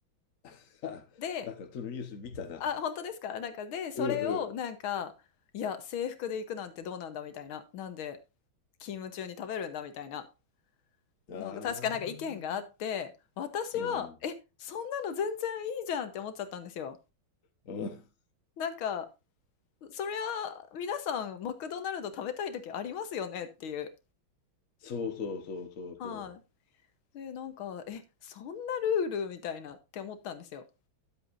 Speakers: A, on the left; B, on the left.
A: <laughs>
B: で、
A: なんかそのニュース見たな。
B: あ、本当ですかなんかで、それをなんか、
A: うん
B: いや、制服で行くなんてどうなんだみたいな。なんで勤務中に食べるんだみたいな
A: うん。
B: の確かなんか意見があって、
A: ああ。
B: 私は、
A: うん。
B: え、そんなの全然いいじゃんって思っちゃったんですよ。
A: うん。
B: なんか、そりゃ、皆さん、マクドナルド食べたい時ありますよねっていう。
A: そうそうそうそうそう。
B: はい、で、なんか、え、そんなルールみたいなって思ったんですよ。